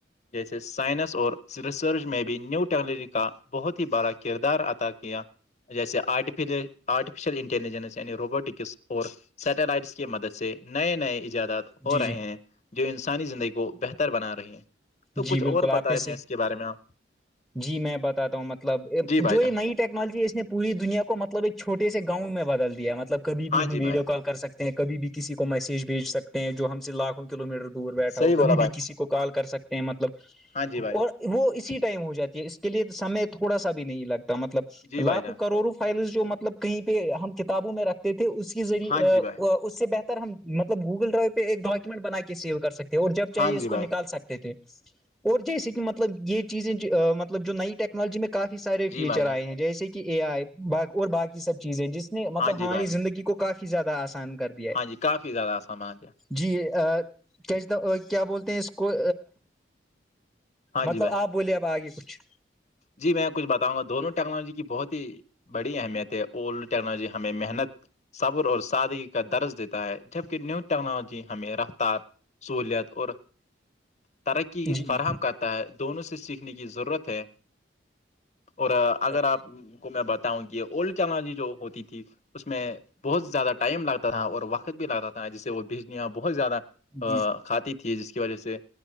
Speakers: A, on the left; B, in the centre.
A: جیسے سائنس اور ریسرچ میں بھی نیو ٹیکنالوجی کا بہت ہی بڑا کردار ادا یا جیسے آرف آرٹیفیشیل انٹیلیجنس یعنی روبوٹک اور سیٹلائٹس کی مدد سے نئے نئے ایجادات
B: جی
A: ہو رہے
B: جی
A: ہیں جو انسانی زندگی کو بہتر بنا رہی ہیں تو
B: جی
A: کچھ
B: بالکل
A: اور
B: آپنے
A: بتائے
B: سے
A: میں اس کے بارے میں آپ
B: جی میں بتاتا ہوں مطلب
A: جی بھائی
B: جو
A: جان
B: یہ نائٹ ٹیکنالوجی اس نے پوری دنیا کو مطلب ایک چوٹے سے گاؤں میں بدل دیاطلب کب
A: ہاں
B: بھی ہم
A: جی
B: ویڈیو
A: بھائی
B: کال کر سکتے ہیں کبھی بھی کسی کو میسج بھیج سکتے ہیں جو ہم سے لاکھ کلو میٹر دور بیٹھا
A: صحیح
B: ہو کبھی
A: بولا
B: بھی
A: بھائی
B: کسی کو کال کر سکتے ہیں مطلب
A: ہاں جی بھائی
B: اور وہ اسی ٹائم ہو جاتی ہے اس کے لیے سمے تھوڑا سا بھی نہیں لگتا مطلب
A: جی بھائی
B: لاکھوں
A: جان
B: کروڑوں فائلز جو مطلب کہیں پہ ہم کتابوں میں رکھتے تھے اس کے ذریعے
A: ہاں جی بھائی
B: اس سے بہتر ہم مطب گوگل ڈرائیو پہ ایک ڈاکیومنٹ بنا کے سیو کر سکتے ہیں اور جب چاہے
A: ہاں
B: اس
A: جی
B: کو
A: بھائی
B: نکال سکتے تھے اور جیسے کہ مطلب یہ چیزیں مطلب جو نئی ٹیکنالوجی میں کافی سارے
A: جی
B: فیچر
A: بھائی جان
B: آئے ہیں جیسے کہ اے آئی اور باقی سب چیزیں جس مطلب
A: ہاں جی
B: ہماری
A: بھائی
B: زندگی کو کافی زیادہ آسان کرتے
A: ہاں ج کافی زیادہ سمانج ہے
B: جی کیا کیا بولتے ہیں اس کو
A: ہاں
B: مطلب
A: جی بھائی
B: آپ بولے اب آگے کچھ
A: جی میں کچھ بتاؤںا دونوں ٹکا ٹیکنالوجی کی بہت ہی بڑی اہمیت ہے اولڈ ٹیکنالوجی ہمیں محنت صبر اور سادگی کا درج دیتا ہے جبکہ نیو ٹیکنالوجی ہمیں رفتار سہولیات اور ترقی
B: جی
A: فراہم کرتا ہے دونوں سے سیکھنے کی ضرورت ہے اور اگر
B: جی
A: آپ کو میں بتاؤں کہ اولڈ چالجی جو ہوتی تھی اس میں بہت زیادہ ٹائم لگتا تھا اور وقت بھی لگتا تھا جسے وہ بجلیاں بہت زیادہ ا
B: جی
A: کھات جس کی وجہ سے